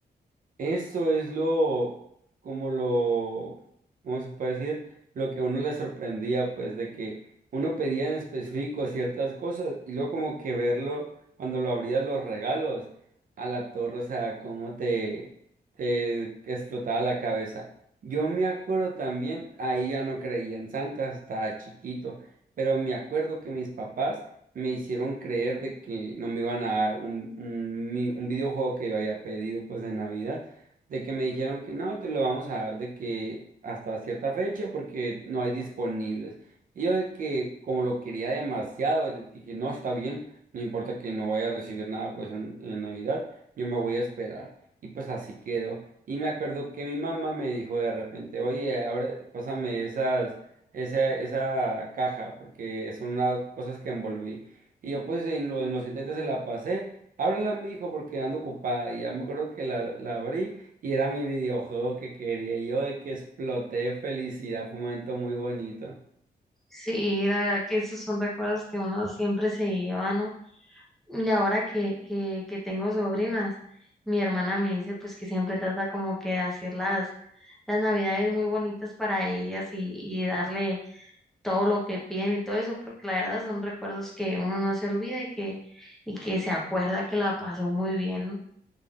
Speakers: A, on the right; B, in the centre.
A: Eso es lo, como lo, ¿cómo se puede decir? Lo que a uno le sorprendía, pues, de que uno pedía en específico ciertas cosas y luego como que verlo cuando lo abrías los regalos a la torre, o sea, cómo te, te explotaba la cabeza. Yo me acuerdo también, ahí ya no creía en Santa, estaba chiquito, pero me acuerdo que mis papás me hicieron creer de que no me iban a dar un, un, mi- un videojuego que yo había pedido, pues, de Navidad de que me dijeron que no, te lo vamos a dar de que hasta cierta fecha porque no hay disponibles. Y yo de que como lo quería demasiado, le dije, no, está bien, no importa que no vaya a recibir nada pues en, en Navidad, yo me voy a esperar. Y pues así quedó. Y me acuerdo que mi mamá me dijo de repente, oye, abre, pásame esas, esa, esa caja, porque son unas cosas que envolví. Y yo pues en los, en los intentes se la pasé, ábrela, mi hijo, porque ando ocupada. Y ya me acuerdo que la, la abrí. Y era mi videojuego que quería. Y yo de que exploté de felicidad. Fue un momento muy bonito.
B: Sí, la verdad que esos son recuerdos que uno siempre se lleva, ¿no? Y ahora que, que, que tengo sobrinas, mi hermana me dice pues que siempre trata como que de hacer las, las navidades muy bonitas para ellas y, y darle todo lo que piden y todo eso, porque la verdad son recuerdos que uno no se olvida y que, y que se acuerda que la pasó muy bien, ¿no?